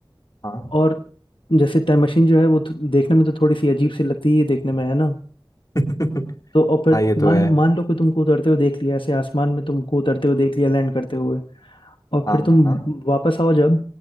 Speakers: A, on the left (about 45°); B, on the left (about 80°).
A: हाँ
B: और जैसे टाइम मशीन जो है वो तो देखने में तो थोड़ी सी अजीब सी लगती ही है देखने में है ना
A: <laughs>
B: तो और फिर
A: हाँ ये तो
B: मान
A: है
B: लो मान लो कि तुमको उतरते हुए देख लिया ऐसे आसमान में तुमको उतरते हुए देख लिया लैंड करते हुए और
A: हाँ
B: फिर तुम
A: हाँ हाँ
B: वापस आओ जब